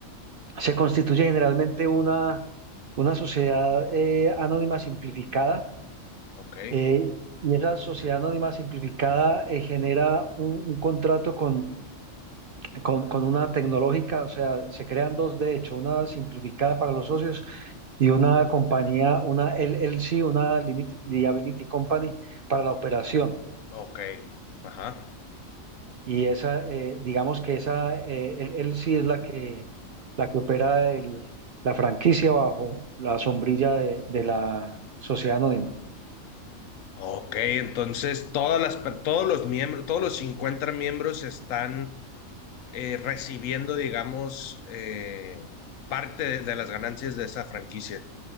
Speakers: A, on the right; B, on the left.
A: se constituye generalmente una, una sociedad eh, anónima simplificada.
B: ok,
A: eh, y esa sociedad anónima simplificada eh, genera un, un contrato con, con, con una tecnológica, o sea, se crean dos de hecho, una simplificada para los socios y una compañía, una LLC, una Limit- Liability Company para la operación.
B: ok, ajá.
A: Y esa, eh, digamos que esa, eh, él, él sí es la que, la que opera el- la franquicia bajo la sombrilla de, de la sociedad anónima.
B: Ok, entonces todas las, per- todos los miembros, todos los 50 miembros están eh, recibiendo, digamos, eh, parte de, de las ganancias de esa franquicia.